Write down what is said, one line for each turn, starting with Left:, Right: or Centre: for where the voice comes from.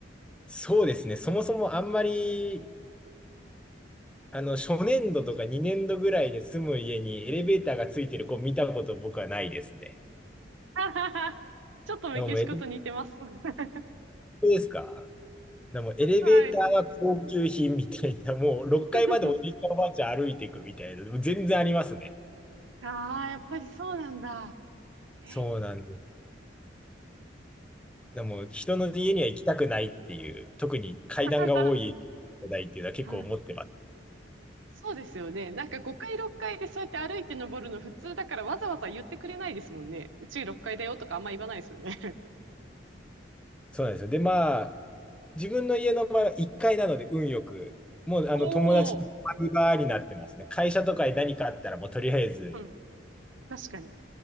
Centre: そうですね、そもそもあんまりあの、初年度とか2年度ぐらいで住む家にエレベーターがついてる子見たこと僕はないですね。
Right: <laughs> はははちょっとメキシコと似てます。
Centre: でももうエレベー
Right: <laughs>
Centre: ターですかでもエレベーターは高級品みたいな、
Right: はい。
Centre: もう6階までおじいちゃんおばあちゃん歩いていくみたいな、
Right: <laughs>
Centre: もう全然ありますね。
Right: ああ、やっぱりそうなんだ。え
Centre: そうなんです。でも人の家には行きたくないっていう、
Right: え
Centre: 特に階段が多い世代っていうのは結構思ってます。
Right: <laughs> うんそうですよね。なんか5階、6階でそうやって歩いて登るの普通だからわざわざ言ってくれないですもんね。うち6階だよとかあんま言わないですよね。
Centre: そうなんですよ。で、まあ、自分の家の場合は1階なので運よく、もうあの友達のバ場になってますね。
Right: <laughs> おお。
Centre: 会社とかに何かあったら、もうとりあえず、
Right: うん。確かに。